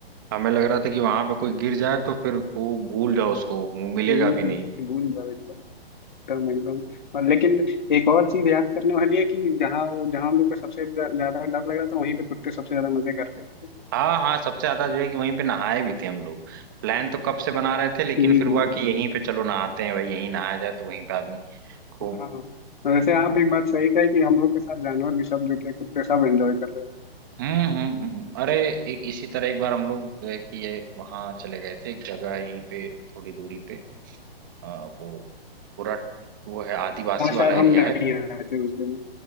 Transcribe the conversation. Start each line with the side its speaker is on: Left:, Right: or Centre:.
Right: हमें लग रहा था कि वहां पे कोई गिर जाए तो फिर वो भूल जाओ उसको वो मिलेगा
Left: हम्म
Right: भी नहीं
Left: भूल जाओ एकदम एकदम एकदम और लेकिन एक और चीज याद करने वाली है कि जहाँ वो जहाँ हम लोग को सबसे ज्यादा डर लग रहा था वहीं पे कुत्ते सबसे ज्यादा मजे कर रहे थे
Right: हाँ हाँ सबसे ज्यादा जो है कि वहीं पे नहाए भी थे हम लोग प्लान तो कब से बना रहे थे लेकिन
Left: हम्म
Right: फिर हुआ
Left: हम्म।
Right: कि यहीं पे चलो नहाते हैं भाई यहीं नहाया जाए तो वहीं पे आदमी खूब
Left: हाँ वैसे आप एक बात सही कही कि हम लोग के साथ जानवर भी सब जो थे कुत्ते सब एंजॉय कर रहे थे
Right: हम्म हम्म हम्म। अरे इ, इसी तरह एक बार हम लोग जो है कि ये वहाँ चले गए थे एक जगह यहीं पे थोड़ी दूरी पे आ, वो पूरा वो है आदिवासी
Left: हाँ
Right: वाला
Left: शायद
Right: एरिया
Left: हम नहीं
Right: है
Left: आए थे उस दिन